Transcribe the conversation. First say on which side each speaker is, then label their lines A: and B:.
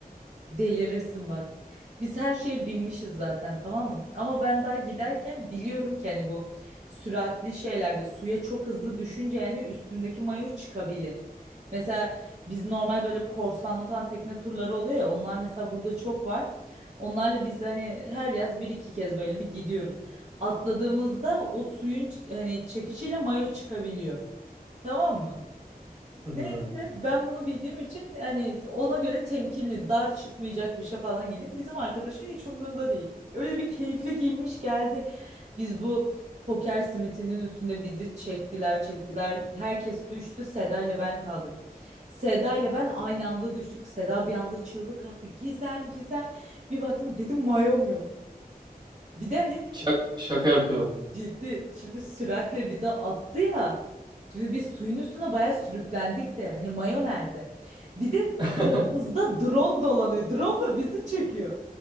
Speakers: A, on the right (about 45°); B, on the right (about 30°).
A: Delirirsin bak. Biz her şeye binmişiz zaten tamam mı? Ama ben daha giderken biliyorum ki hani bu süratli şeylerde suya çok hızlı düşünce yani üstündeki mayo çıkabilir. Mesela biz normal böyle korsanlı falan tekne turları oluyor ya onlar mesela burada çok var. Onlarla biz hani her yaz bir iki kez böyle bir gidiyoruz. Atladığımızda o suyun ç- hani çekişiyle mayo çıkabiliyor. Tamam mı?
B: Hı.
A: Neyse ben bunu bildiğim için hani ona göre temkinli, dar çıkmayacak bir şey falan giydim. Bizim arkadaşın hiç umrunda değil. Öyle bir keyifli giymiş geldi. Biz bu poker simitinin üstünde bizi çektiler, çektiler. Herkes düştü. Seda ile ben kaldık. Seda ile ben aynı anda düştük. Seda bir anda çığlık attı. Gizem, Gizem. Bir baktım dedim mayom yok. Bir de hani
B: Şak- şaka yapıyorum.
A: Ciddi. Şimdi süratle bize attı ya. Şimdi biz suyun üstüne bayağı sürüklendik de. Hani mayo nerede? Bir de
B: <laughs>
A: yanımızda drone dolanıyor. Drone da bizi çekiyor.